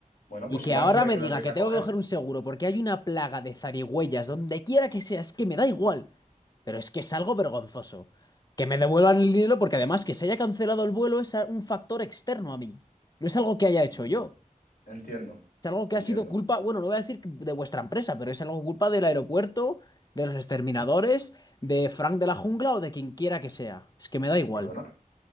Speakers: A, on the left (about 75°); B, on the left (about 30°).
A: Bueno,
B: Y
A: pues
B: que
A: igual
B: ahora
A: es hora
B: me
A: de que
B: diga
A: lo empiece
B: que
A: a
B: tengo
A: coger.
B: que coger un seguro porque hay una plaga de zarigüeyas donde quiera que sea, es que me da igual. Pero es que es algo vergonzoso. Que me devuelvan el dinero porque además que se haya cancelado el vuelo es a- un factor externo a mí. No es algo que haya hecho
A: Mm,
B: yo.
A: Entiendo,
B: Es algo que
A: entiendo.
B: ha sido culpa, bueno, no voy a decir que de vuestra empresa, pero es algo culpa del aeropuerto, de los exterminadores, de Frank de la Jungla o de quien quiera que sea. Es que me da igual.
A: Perdona.